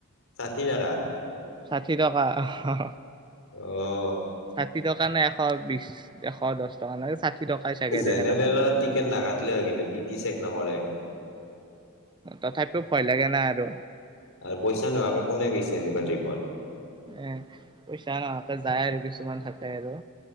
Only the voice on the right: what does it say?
ষাঠি টকা, অ', হ অ'।
ষাঠি টকা নে এশ বিশ, এশ দহ, টকা না ষাঠি টকাই চাগে
দে সেনেকা
তথাপিও ভয় লাগে না আৰু।
এ, পইচা নহাকে যায় আৰু কিছুমান থাকে আৰু।